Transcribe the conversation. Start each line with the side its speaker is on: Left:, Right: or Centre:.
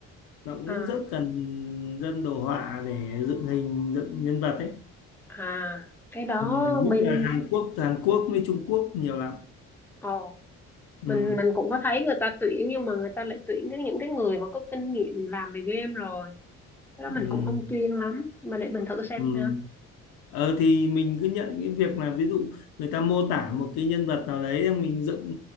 Left: nó cũng
Centre: à
Left: rất cần dân đồ họa để dựng hình dựng nhân vật ấy
Centre: à cái đó
Left: ừ. nhất
Centre: bên
Left: là Hàn Quốc Hàn Quốc với Trung Quốc nhiều lắm
Centre: ờ
Left: ừ
Centre: mình mình cũng có thấy người ta tuyển nhưng mà người ta lại tuyển cái những cái người mà có kinh nghiệm làm về game rồi cái đó
Left: ừ
Centre: mình cũng không chuyên lắm mà để mình thử xem
Left: ừ
Centre: sao
Left: ờ thì mình cứ nhận cái việc là ví dụ người ta mô tả một cái nhân vật nào đấy xong mình dựng ừ,